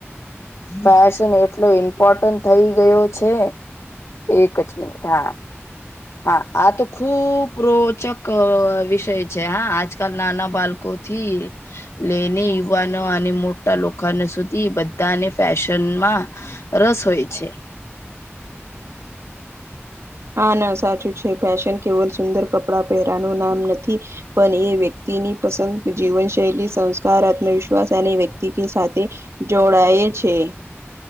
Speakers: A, on the left; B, on the right.
A: ફેશન એટલો ઈમ્પોર્ટન્ટ થઈ ગયો છે એક જ મિનિટ હા હા આ તો ખુબ રોચક વિષય છે હા આજકાલ નાના બાળકો થી લઈને યુવાનો અને મોટા લોકોને સુધી બધાને ફેશનમાં રસ હોય છે.
B: હા ના સાચું છે ફેશન કેવલ સુંદર કપડાં પહેરવાનું નામ નથી. પણ એ વ્યક્તિની પસંદ જીવનશૈલી સંસ્કાર આત્મવિશ્વાસ અને વ્યક્તિ સાથે જોડાય છે.